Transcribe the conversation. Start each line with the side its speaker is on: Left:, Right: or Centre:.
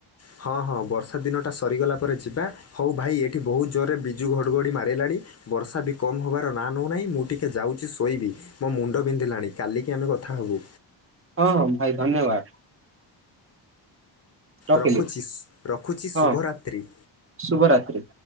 Left: ହଁ ହଁ ବର୍ଷା ଦିନଟା ସରିଗଲା ପରେ ଯିବା। ହଉ ଭାଇ ଏଠି ବହୁତ ଜୋରରେ ବିଜୁଳି ଘଡ଼ଘଡ଼ି ମାରିଲାଣି। ବର୍ଷା ବି କମ୍ ହେବାର ନାଁ ନେଉ ନାହିଁ ମୁଁ ଟିକେ ଯାଉଛି ଶୋଇବି। ମୋ ମୁଣ୍ଡ ବିନ୍ଧିଲାଣି କାଲିକି ଆମେ କଥା ହବୁ।
Right: ହଁ ଭାଇ ଧନ୍ୟବାଦ। ରଖିଲି
Left: ରଖୁଛି ରଖୁଛି
Right: ହଁ
Left: ଶୁଭରାତ୍ରି।
Right: ଶୁଭରାତ୍ରି।